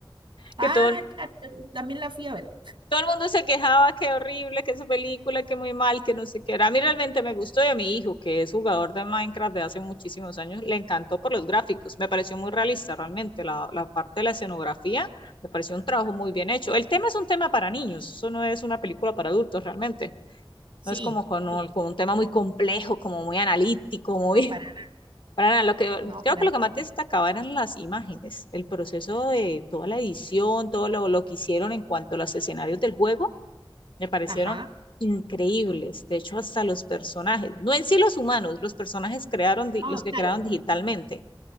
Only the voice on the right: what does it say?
Ah,
claro, yo también la fui a ver.
Sí,
Sí.
No, para nada.
No,
para
nada.
Ajá.
Ah,
claro,